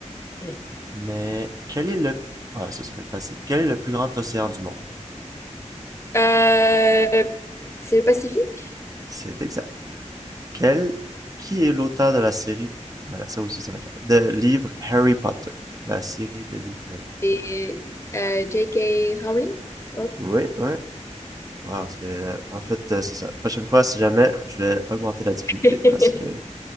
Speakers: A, on the left; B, on the right.
A: mm.
B: Mais quel est le... Ah, ça, ça va être facile. Quel est le plus grand océan du monde?
A: Euh, c'est le Pacifique
B: C'est exact. Quel, qui est l'auteur de la série voilà, ça aussi, ça va être... de livres Harry Potter. La série de livres Harry Potter.
A: et euh, J.K. Rowling. Rowling.
B: Oui, oui. Wow, c'est... euh, En fait, euh, c'est ça. Prochaine fois, si jamais, je vais augmenter la difficulté
A: <laughs>
B: parce que...